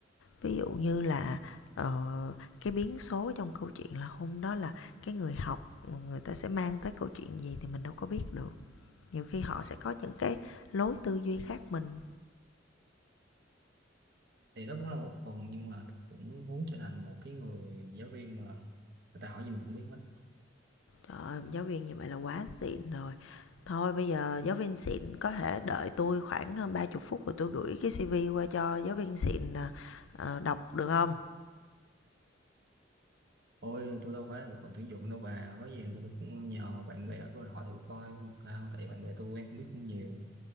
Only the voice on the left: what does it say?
Ví dụ như là, ờ, cái biến số trong câu chuyện là hôm đó là cái người học người ta sẽ mang tới câu chuyện gì thì mình đâu có biết được. Nhiều khi họ sẽ có những cái lối tư duy khác mình.
Trời ơi, giáo viên như vậy là quá xịn rồi. Thôi bây giờ giáo viên xịn có thể đợi tôi khoảng, ờ, ba 30 phút rồi tôi gửi cái CV qua cho giáo viên xịn, ờ, ờ, đọc được không